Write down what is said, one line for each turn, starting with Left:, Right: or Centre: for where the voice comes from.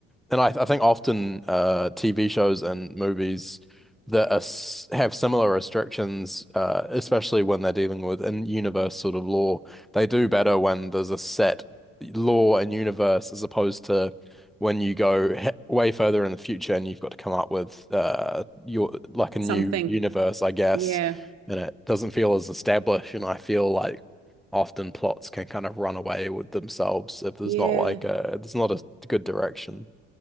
Centre: and I, I think often uh, TV shows and movies that are, s- have similar restrictions, uh, especially when they're dealing with in-universe sort of law, they do better when there's a set law and universe as opposed to when you go he way further in the future and you've got to come up with uh, your like a new
Right: Something.
Centre: universe, I guess,
Right: Yeah.
Centre: and it doesn't feel as established. And I feel like often plots can kind of run away with themselves if there's
Right: Yeah.
Centre: not like a there's not a good direction.